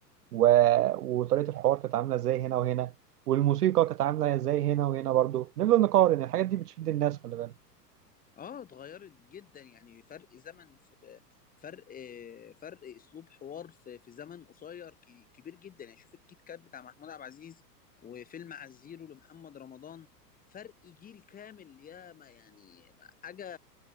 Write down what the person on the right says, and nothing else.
و... وطريقة الحوار كانت عاملة ازاي هنا وهنا والموسيقى كانت عاملة ازاي هنا وهنا برضو نفضل نقارن الحاجات دي بتشد الناس خلي بالك